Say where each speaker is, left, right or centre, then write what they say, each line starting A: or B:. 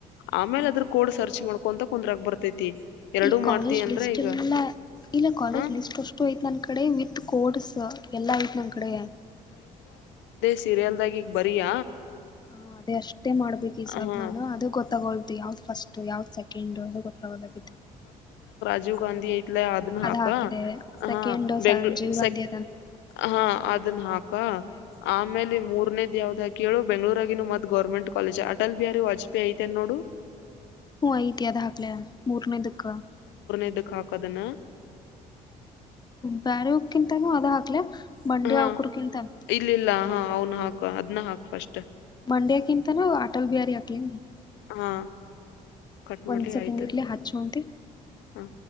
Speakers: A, on the left; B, on the left.
A: ಆಮೇಲೆ
B: ಹ್ಮ್
A: ಅದ್ರ ಕೋಡ್ ಸರ್ಚ್ ಮಾಡ್ಕೊಂತ ಕುಂದ್ರಾಗ ಬರ್ತೈತಿ ಎರಡುೂ
B: ಈ ಕಾಲೇಜ್
A: ಮಾಡ್ತಿ ಅಂದ್ರ
B: ಲಿಸ್ಟ್
A: ಈಗ
B: ಎಲ್ಲ ಇಲ್ಲ ಕಾಲೇಜ್
A: ಹ
B: ಲಿಸ್ಟ್ ಅಷ್ಟು ಐತ ನನ್ ಕಡೆ ವಿತ್ ಕೋಡ್ಸ್ ಎಲ್ಲ ಆಐ್ತ ನಮ್ಮ್ ಕಡೆ
A: ಸೀರೆಲ್ದಾಗಿಗ್ ಬಾರಿಯ
B: ಹ ಅದೇ ಅಷ್ಟೇ ಮಾಡ್ಬೇಕು ಈ ಸದ್ದ
A: ಹ
B: ನಾನು ಅದು ಗೊತ್ತಾಗೋಲ್ದು ಯಾವ್ದ್ ಫಸ್ಟ್ ಯಾವ್ ಸೆಕೆಂಡ್ ಅದು ಗೊತ್ತಾಗೋದತ್ತು
A: ರಾಜೀವ ಗಾಧಿ ಅದನ್ನ ಹಾಕ
B: ಹಾಕಿದೆ ಸೆಕೆಂಡ್
A: ಹ ಬೆಂಗಳು
B: ಸಂಜೀವ್ ಗಾಂಧಿ
A: ಸ ಹಾ ಅದನ್ನ ಹಾಕ
B: ಅ <unintelligible>
A: ಆಮೇಲೆ ಮೂರ್ನೇದ್ ಯಾವ್ದ್ ಹಾ ಕೇಳು ಬೆಂಗ ಳೂರಗನು ಮತ್ ಗರ್ಮೆಂಟ್ ಕಾಲೇಜ್ ಅಟಲ್ ಬಿಹಾರಿ ವಾಜಪೇಯಿ ಐತೆೇನ್ ನೋಡು
B: ಹ ಐತ ದ ಹಾಕ್ಲ ಮೂರನೇದಕ
A: ಇದುಕ ಹಾಕೋದನ್ನ
B: ಬ್ಯಾರವಕ್ಕಿಂತಾನೂ ಅದ ಹಾಕ್ಲ ಮಂಡಿ
A: ಹಾ
B: ಅವಕರ್ಗಿಂತಾನ
A: ಇಲ್ಲಿಲ್ಲ ಹಾ ಅವ್ನ್ ಹಾಕ ಅದ್ ಹಾಕ್ ಫಸ್ಟ್
B: ಮಂಡಕ್ಕಿಂತ ನ ಅಟಲ್ ಬಿಹಾರಿ ಅಗ್ಲಿ
A: ಹಾ ಕಟ್
B: ಒನ್
A: ಮಾಡ್ಲಿ
B: ಸೆಕೆಂಡ
A: ಆಯ್ತ
B: ಇರ್ಲಿ ಅಚ್ಚುವಂತೆ
A: ಹಾ